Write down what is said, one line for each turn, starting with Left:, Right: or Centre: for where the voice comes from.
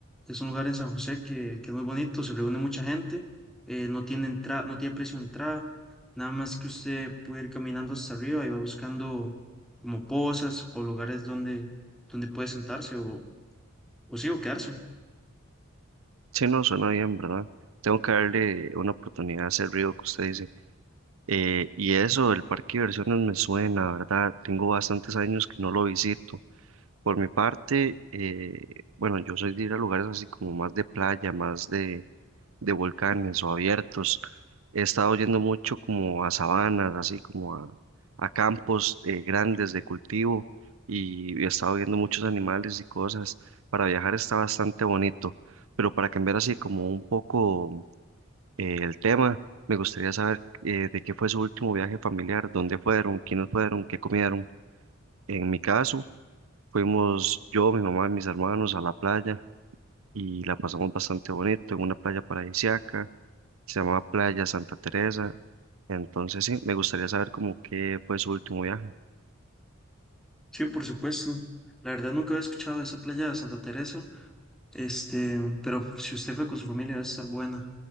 Centre: Es un lugar en San José que, que es muy bonito, se reúne mucha gente, eh, no tiene entrada, no tiene precio de entrada, nada más que usted puede ir caminando hasta arriba y va buscando como pozas o lugares donde, donde puede sentarse o, o sí, o quedarse.
Right: Sí, no, suena bien, ¿verdad? Tengo que darle una oportunidad a ese río que usted dice. Eh, y eso, el parque de diversiones me suena, ¿verdad? Tengo bastantes años que no lo visito. Por mi parte, eh, bueno, yo soy de ir a lugares así como más de playa, más de, de volcanes o abiertos. He estado yendo mucho como a sabanas, así como a, a campos eh, grandes de cultivo y he estado viendo muchos animales y cosas. Para viajar está bastante bonito, pero para cambiar así como un poco eh, el tema, me gustaría saber eh, de qué fue su último viaje familiar, dónde fueron, quiénes fueron, qué comieron. En mi caso... Fuimos yo, mi mamá y mis hermanos a la playa y la pasamos bastante bonito en una playa paradisíaca, se llamaba Playa Santa Teresa. Entonces sí, me gustaría saber como qué fue su último viaje.
Centre: Sí, por supuesto. La verdad nunca había escuchado de esa playa de Santa Teresa, este, pero si usted fue con su familia debe estar buena.